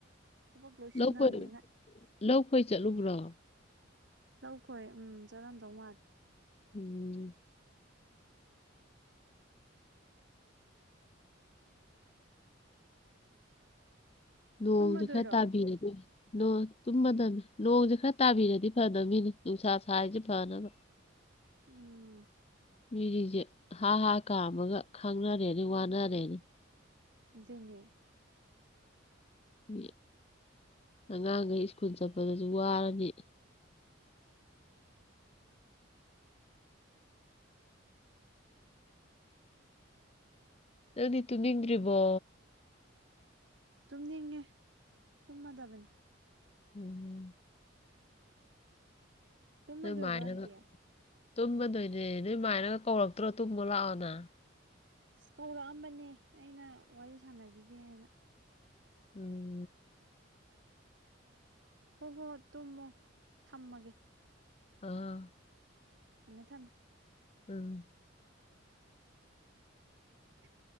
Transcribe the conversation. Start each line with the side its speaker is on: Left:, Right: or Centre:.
Right: ꯊꯕꯛ ꯂꯣꯏ ꯁꯨꯅꯕꯅꯤꯅ
Left: ꯂꯧ ꯈꯣꯏ ꯂꯧ ꯈꯣꯏ ꯆꯠꯂꯨꯕ꯭ꯔꯣ
Right: ꯂꯧꯈꯣꯏ ꯎꯝ ꯆꯠꯂꯝꯗꯧ ꯃꯥꯜꯂꯦ
Left: ꯎꯝ ꯅꯣꯡꯁꯦ
Right: ꯇꯨꯝꯃꯗꯣꯏꯔꯣ
Left: ꯈꯔ ꯇꯥꯕꯤꯔꯒꯦ ꯅ ꯇꯨꯝꯃꯗꯕꯅꯤ ꯅꯣꯡꯁꯦ ꯈꯔ ꯇꯥꯕꯤꯔꯗꯤ ꯐꯗꯕꯅꯤꯅꯦ ꯅꯨꯡꯁꯥ ꯁꯥꯔꯤꯁꯦ ꯐꯅꯕ
Right: ꯎꯝ
Left: ꯃꯤꯁꯤꯡꯁꯦ ꯍꯥ ꯍꯥ ꯀꯥꯝꯃꯒ ꯈꯥꯡꯅꯔꯦꯅꯤ ꯋꯥꯅꯔꯦꯅꯤ
Right: ꯑꯗꯨꯖꯅꯦ
Left: ꯃꯤ ꯑꯉꯥꯡꯈꯩ ꯁ꯭ꯀꯨꯜ ꯆꯠꯄꯗꯁꯨ ꯋꯥꯔꯅꯤ ꯅꯪꯅꯤ ꯇꯨꯝ ꯅꯤꯡꯗ꯭ꯔꯤꯕꯣ
Right: ꯇꯨꯝꯅꯤꯡꯉꯦ ꯇꯨꯝꯃꯗꯕꯅꯤ
Left: ꯎꯝ
Right: ꯇꯨꯝꯃꯗꯣꯏꯔꯣ
Left: ꯅꯣꯏꯃꯥꯏꯅꯒ
Right: ꯑꯟꯇꯤ
Left: ꯇꯨꯝꯃꯗꯣꯏꯅꯦ ꯅꯣꯏꯃꯥꯏꯅꯒ ꯀꯧꯔꯛꯇ꯭ꯔꯣ ꯇꯨꯝꯃꯣ ꯂꯥꯛꯑꯣꯅ
Right: ꯑꯁ ꯀꯧꯔꯛꯑꯝꯕꯅꯦ ꯑꯩꯅ ꯋꯥꯔꯤ ꯁꯥꯟꯅꯈꯤꯒꯦꯅ
Left: ꯎꯝ
Right: ꯍꯣꯏ ꯍꯣ ꯇꯨꯝꯃꯣ ꯊꯝꯃꯒꯦ
Left: ꯑꯥ
Right: ꯊꯝꯃꯦ ꯊꯝꯃꯦ
Left: ꯎꯝ
Right: <unintelligible>